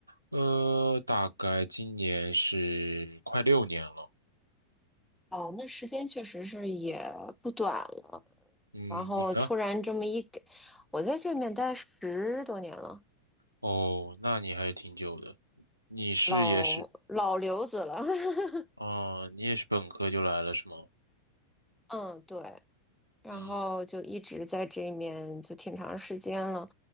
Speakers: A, on the right; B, in the centre.
A: 呃，大概今年是快六年了。
B: 哦，那时间确实是也不短了。
A: 嗯，
B: 然后突然这么一给，
A: 你呢？
B: 我在这边待十多年了，
A: 哦，那你还是挺久的。你是也是，
B: 老老刘子了。<laughs>
A: 哦，你也是本科就来了是吗？
B: 嗯，对，然后就一直在这面就挺长时间了。
A: 嗯，